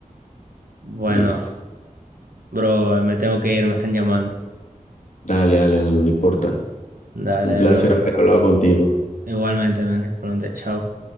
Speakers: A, on the right; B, on the left.
A: Bueno,
B: Listo.
A: bro, me tengo que ir, me están llamando.
B: Dale, dale, dale, no importa.
A: Dale,
B: Un placer
A: bro.
B: haber hablado contigo.
A: Igualmente, man. Pronto, chao.